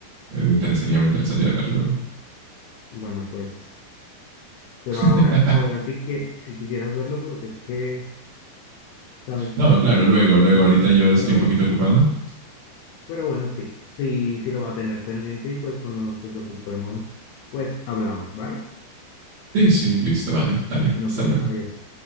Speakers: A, on the right; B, on the left.
A: eh, me interesaría, me interesaría ver luego.
B: Bueno, pues, pero
A: <laughs>
B: ahora, ahora sí que si quisieras verlo porque es que, sabes,
A: no,
B: estoy
A: claro,
B: un poco
A: luego,
B: corto
A: luego,
B: del
A: ahorita
B: tiempo,
A: yo
B: pero,
A: estoy un poquito ocupado.
B: pero bueno, sí, sí, sí lo va a tener pendiente y pues cuando nos desocupemos, pues hablamos, ¿vale?
A: Sí, sí, listo, vale, dale,
B: Bueno,
A: hasta
B: pues
A: luego.
B: adiós.